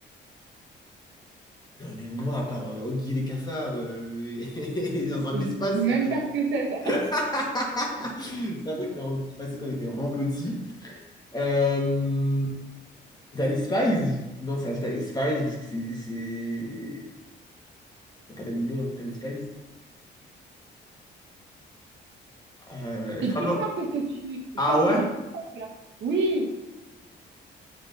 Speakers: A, on the left (about 20°); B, on the right (about 70°).
A: Non, mais moi, à part euh, Oggy et les cafards euh, et <laughs> et dans un
B: Je
A: de
B: sais
A: l'espace,
B: même
A: euh,
B: pas ce que
A: <laughs>
B: c'est, ça.
A: c'est un truc qu'on- qui passait quand on était vraiment petit. Euh... T'as les Spies? Non, c'est pas les Spies parce que c'est. c'est- Il n'y a pas d'animaux dans le Téléspace. Euh,
B: C'est
A: Favor-
B: plus simple que ce que tu... Je
A: Ah
B: pense
A: ouais?
B: que c'est plus simple, là. Oui.